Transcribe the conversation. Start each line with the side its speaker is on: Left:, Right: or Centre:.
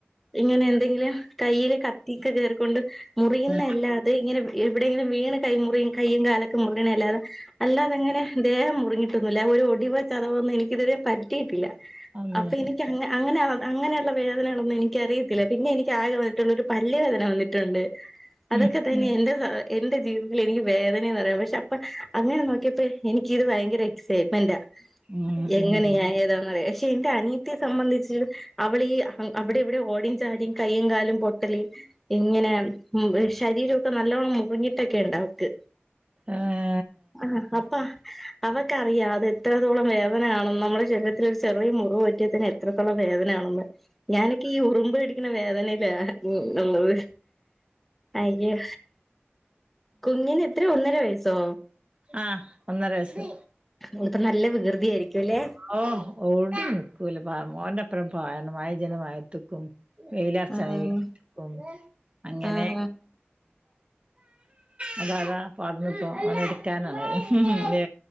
Centre: ഇങ്ങനെ എന്തെങ്കിലും കയ്യില് കത്തിക്കെ കേർക്കൊണ്ട് മുറിയുന്നല്ലാതെ
Right: ആഹ്
Centre: ഇങ്ങനെ എവിടെയെങ്കിലും വീണ് കൈ മുറിയും കയും കാലൊക്കെ മുറിയുന്ന ല്ലാതെ അല്ലാതെങ്ങനെ ദേഹം മുറിങ്ങിയിട്ടൊന്നുല്ല ഒരു ഒടിവോ ചതവൊന്നും എനിക്ക് ഇതുവരെ പറ്റിയിട്ടില്ല
Right: അള്ളാ
Centre: അപ്പൊ എനിക്ക് അങ്ങ അങ്ങനെ അങ്ങനെയുള്ള വേദനകളൊന്നും എനിക്കറിയത്തില്ല പിന്നെ എനിക്ക് ആഗ്രഹ ഒറ്റള്ളരു പല്ല് വേദന വന്നിട്ടുണ്ട് അതൊക്കെ
Right: ഉം
Centre: തന്നെ എന്റെ എന്റെ ജീവിതത്തിൽ എനിക്ക് വേദനന്ന് പറയാ പ ക്ഷെ അപ്പൊ അങ്ങനെ നോക്കിയപ്പോ എനിക്കിത് ഭയങ്കര എക്സൈറ്റ്മെന്റ്
Right: ഉം
Centre: എങ്ങനെയ
Right: ഉം
Centre: ഞാൻ ഏതാന്ന്റ പക്ഷെ എന്റെ അനിയ ത്തി സംബന്ധിച്ചിച്ച് അവടെ ഈ അവിടെ എവിടെ ഓടും ചാടും കയ്യും കാലും പൊട്ടല് ഇങ്ങനെ ശരീരൊക്കെ നല്ലോണ്ണം മുറങ്ങിട്ടൊക്കെ ഇണ്ട അവക്ക്
Right: ആഹ്
Centre: ആഹ് അപ്പ അതൊക്കെ അറിയാം അത് എത്രത്തോളം വേദനണ നമ്മുടെ ശരീരത്തിൽ ഒരു ചെറിയ മുറിവ് പറ്റിയത്തി എത്രതോള്ള വേദനയാണന്ന് ഞാനൊക്കെ ഈ ഉറുമ്പ് എടിക്കുന്ന വേദനയിലാള്ളത് അയ്യോ കുഞ്ഞിന് എത്രയ ഒന്നര വയസ്സോ
Right: ആഹ് ഒന്നര വയസ്സ്‌
Centre: മോള് പ്പം നല്ല വികൃതിയയിരിക്കും ല്ലേ
Right: ഓ ഓടും നിക്കൂല മോന്റെ അപ്പറം പായണം മഴ പെജണെങ്കി മഴത്ത്ക്കും വെയിലറച്ചാണേങ്കി
Centre: ആഹ്
Right: <unintelligible> അങ്ങനെ
Centre: ആഹ്
Right: അതതാ പാടന്ന്പ്പം ഓനെ എടുക്കാനാണയ് ഉം ഉം ലേ.